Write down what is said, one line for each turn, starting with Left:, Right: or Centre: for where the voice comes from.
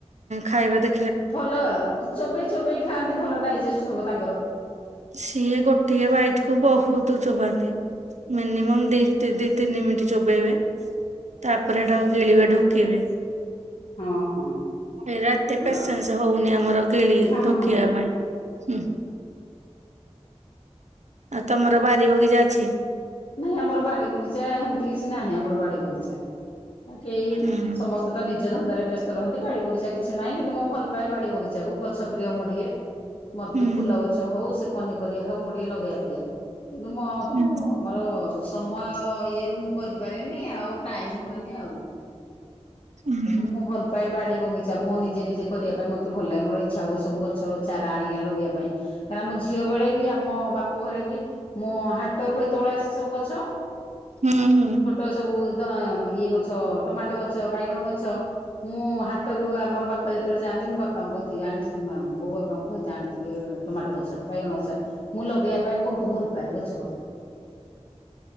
Right: ଖାଇବା ଦେ
Left: ଭଲ ଚୋବେଇ ଚୋବେଇ ଖାଆନ୍ତି, ଭଲ ଡାଇଜେଷ୍ଟ ହବ ତାଙ୍କର।
Right: ସିଏ ଗୋଟିଏ ବାଇଟକୁ ବହୁତ ଚୋବାନ୍ତି। ମିନିମମ୍ ଦି ଦି ତିନି ମିନିଟ୍ ଚୋବେେଇବେ। ତାପରେ ସେଟାକୁ ଗିଳିବେ ଢ଼ୋକିବେ।
Left: ହଁ ହଁ
Right: ଏରା ଏତେ
Left: ଭଲ
Right: ପେଶନସେ ହଉନି ଆମର। ଗିଳି
Left: ହଁ ହଁ
Right: ଢ଼ୋକିବା
Left: ହଁ
Right: ପାଇଁ। ଆଉ ତମର ବାରିବଗିଚା ଅଛି?
Left: ନାଇଁ ଆମର ବାଡିବଗିଚା ହେମିତି କିଛି ନାହିଁ ଆମର ବାଡିବଗିଚା। ଆ କେଇ
Right: ଉଁ
Left: ସମସ୍ତେ ତ ନିଜ ନିଜ ଧନ୍ଦାରେ ବ୍ୟସ୍ତ ରହନ୍ତି, ବାଡିବଗିଚା କିଛି ନାହିଁ। କିନ୍ତୁ ମୁଁ ଭଲ ପାଏ ବାଡିବଗିଚାକୁ ଗଛ ପ୍ରିୟ ମୁଁ ଟିକେ। ମୋର ଟିକେ
Right: ହୁଁ
Left: ଫୁଲଗଛ ହଉ ସେ ପନିପରିବା ହଉ ମୁଁ ଟିକେ ଲଗେଇବା ପ୍ରିୟ। କିନ୍ତୁ ମୁଁ ଆଉ ତୁ
Right: ହୁଁ
Left: ମର ସମୟ ଇଏରୁ ମୁଁ କରିପାରେନି ଆଉ ଟାଇମ ହୁଏନି ଆଉ।
Right: ହୁଁ
Left: କିନ୍ତୁ ମୁଁ ଭଲପାଏ ବାଡିବଗିଚା ମଁ ନିଜେ ନିଜେ କରିବା ପାଇଁ ମୋତେ ଭଲ ଲାଗେ ମୋର ଇଚ୍ଛା ହୁଏ ସବୁ ଗଛ ଚାରା ଆଣିକି ଲଗେଇବା ପାଇଁ କାହିଁକନା ମୁଁ ଝିଅ ବେଳେ ବି ଆମ ବାପ ଘରେ ବି ମୋ ହାଟରୁ ସେତେବେଳେ ଆସି ସବୁ ଗଛ।
Right: ହୁଁ ହୁଁ
Left: ଛୋଟ ସବୁ ତ ଇଏ ଗଛ ଟମାଟୋ ଗଛ ବାଇଗଣ ଗଛ। ମୁଁ ହାଟରୁ ଆମର ବାପା ଯେତେବେଳେ ଯାଆନ୍ତି ମୁଁ ବାପାଙ୍କୁ କହିଥିଲି ଆଣିି ବୋଉ ବାପାଙ୍କୁ କହିଥା ଆଣିଥା ଟମାଟୋ ଗଛ, ବାଇଗଣ ଗଛ ମୁଁ ଲଗେଇବା ପାଇଁ ବହୁତ ଭଲ ପାଏ ଗଛପତ୍ର।